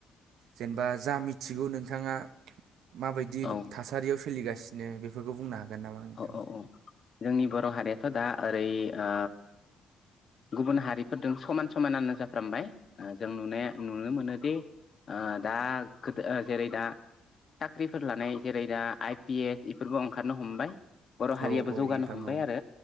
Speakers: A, on the right; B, on the left.
A: जेनबा जा मिथिगौ नोंथाङा माबायदि
B: औ
A: थासारियाव सोलिगासिनो बेफोरखौ बुंना हा गोन नामा नोंथां?
B: औ औ जोंनि बर' हारियाथ' दा ओरै ओ गुबुन हारिफोरजों समान समानानो जाफ्रामबाय ओ जों नुनाया नुनो मोनोदि ओ दा गोदो ओ जेरै दा साख्रिफोर लानाय जेरै दा आइ पि एस इफोरबो ओंखारनो हमबाय बर' हारियाबो
A: औ औ
B: जौगानो
A: नोंथां
B: हमबाय
A: औ
B: आरो